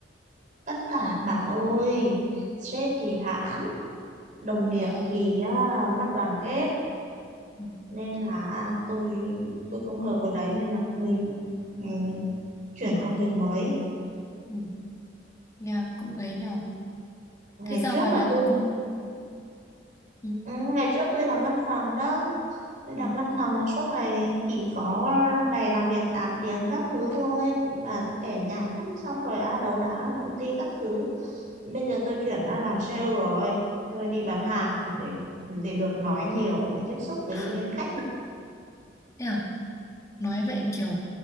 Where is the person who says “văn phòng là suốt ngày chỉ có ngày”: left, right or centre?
Right